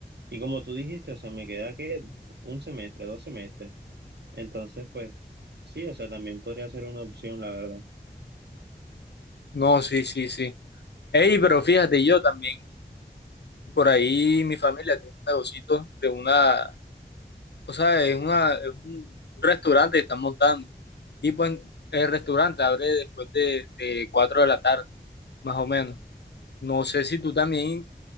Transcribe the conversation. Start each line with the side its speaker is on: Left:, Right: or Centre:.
Right: Y como tú dijiste, o sea, me queda que un semestre, dos semestres. Entonces, pues sí, o sea, también podría ser una opción, la verdad.
Left: No, sí, sí, sí. Ey, pero fíjate, yo también Por ahí mi familia tiene un negocito de una, o sea, es una, es un restaurante que están montando. Y pues el restaurante abre después de, de 4 de la tarde, más o menos. No sé si tú también,